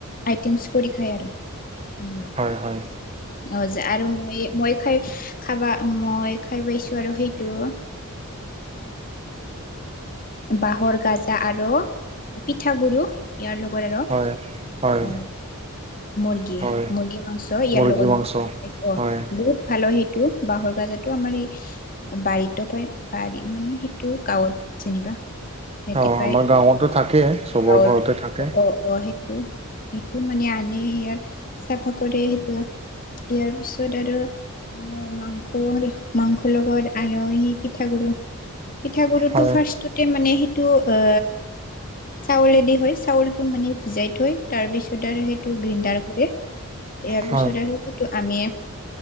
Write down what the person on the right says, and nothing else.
হয় হয়
হয় হয়
হয়
মুৰ্গী
মাংস
হয়
অ,
আমাৰ
গাঁৱতো থাকেই। চবৰ
ঘৰতে থাকে
হয়
হয়